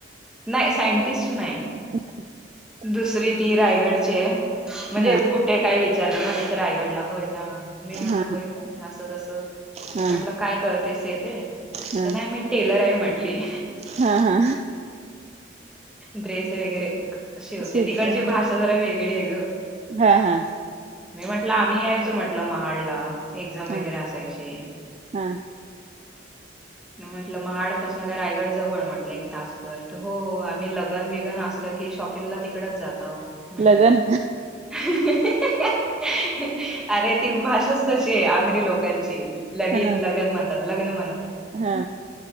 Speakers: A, in the centre; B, on the right.
A: नाही सायंटिस्ट नाही.
B: <unintelligible>
A: दुसरी ती रायगडची आहे. म्हणजे
B: हा
A: कुठ ते काय विचारलं ना, मी तर रायगडला. होय का. मी म्हटलं
B: हा
A: होय का असं तसं मी
B: हा
A: म्हटल, काय करतेस तेथे?
B: हा
A: तर नाही मी टेलर आहे म्हंटली.
B: हा हा.
A: ड्रेस वगैरे शिवते.
B: सुद्धा
A: तिकडची भाषा जरा वेगळी आहे गं.
B: हा हा.
A: मी म्हटलं आम्ही यायचो म्हटलं, महाडला एक्झाम वगैरे
B: हा
A: असायची.
B: हा
A: मी म्हटलं महाड पासन काय रायगड जवळ म्हटलं, एक तास. बर हो. आम्ही लगन बिगन असल की शॉपिंगला तिकडच जाताव. <unintelligible>
B: लगन
A: अरे ती भाषाच तशी आहे. आगरी लोकांची लगीन
B: हा
A: लगन म्हणतात. लग्न म्हणत
B: हा.